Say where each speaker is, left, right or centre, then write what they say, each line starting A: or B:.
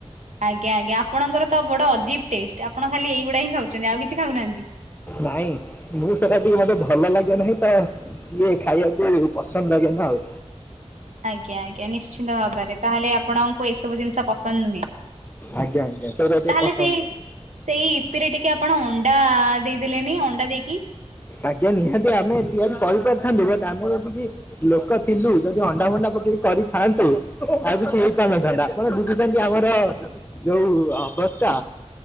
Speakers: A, on the right (about 80°); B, on the left (about 15°).
A: ଆଜ୍ଞା ଆଜ୍ଞା ଆପଣଙ୍କର ତ ବଡ ଅଜୀବ ଟେଷ୍ଟ ଆପଣ ଖାଲି ଏଇଗୁଡା ହିଁ ଖାଉଛନ୍ତି ଆଉ କିଛି ଖାଉନାହାନ୍ତି।
B: ନାଇଁ ମୁଁ ସେଟା ଟିକେ ମତେ ଭଲ ଲାଗେ ନାହିଁ ତ ଇଏ ଖାଇବାକୁ ପସନ୍ଦ ଲାଗେ ନା ଆଉ।
A: ଆଜ୍ଞା ଆଜ୍ଞା ନିଶ୍ଚିିତ ଭାବରେ ତାହେଲେ ଆପଣଙ୍କୁ ଏସବୁ ଜିନିଷ ପସନ୍ଦ ନୁହେଁ।
B: ଆଜ୍ଞା ଆଜ୍ଞା ସେଇଟା ଟିକେ
A: ତାହେଲେ
B: ପସନ୍ଦ
A: ସେଇ
B: ନୁହେଁ।
A: ସେଇ ଇପି ରେ ଟିକେ ଆପଣ ଅଣ୍ଡା ଦେଇଦେଲେନି ଅଣ୍ଡା ଦେଇକି
B: ଆଜ୍ଞା ନିହାତି ଆମେ ତିଆରି କରିପାରଥାନ୍ତୁ ବଟ ଆମ ଯେତିକି ଲୋକ ଥିଲୁ ଯଦି ଅଣ୍ଡା ଭଣ୍ଡା ପକେଇକି କରିଥାନ୍ତୁ ଆଉ କିଛି ହେଇ ପାରିନଥାନ୍ତା। ଆପଣ ବୁଝୁଛନ୍ତି ଆମର ଯୋଉ ଅବସ୍ଥା